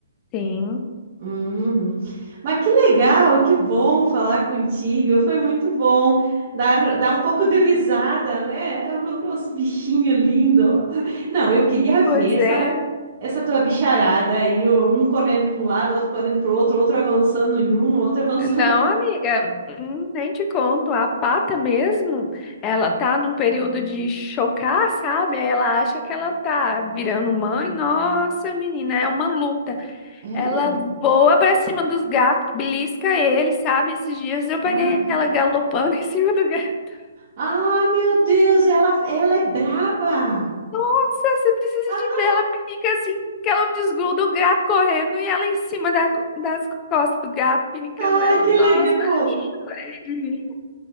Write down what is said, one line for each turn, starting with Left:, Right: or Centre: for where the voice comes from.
Left: Sim.
Right: Uhum. Mas que legal, que bom falar contigo. Foi muito bom dar, dar um pouco de risada, né? É O nosso bichinho lindo. <laughs> Não, eu queria ver
Left: Pois
Right: essa,
Left: é.
Right: essa tua bicharada aí, um correndo para um lado, outro correndo para o outro, outro avançando em um, outro <laughs> avançando.
Left: Não, amiga, hum, nem te conto. A pata mesmo, ela tá num período de chocar, sabe? Aí Ela acha que ela tá virando mãe. Nossa, menina, é uma luta.
Right: É?
Left: Ela voa pra cima dos gatos, belisca eles, sabe? Esses dias eu peguei
Right: Ah,
Left: ela galopando <laughs> em cima do gato.
Right: ah, meu Deus, ela, ela é braba.
Left: Nossa, você precisa
Right: Ah,
Left: de ver. Ela pinica assim, que ela não desgruda o gato correndo e ela em cima da co- das costas do gato, pinicando
Right: Ai,
Left: ela.
Right: que
Left: Nossa,
Right: legal.
Left: mas eu chorei de rir.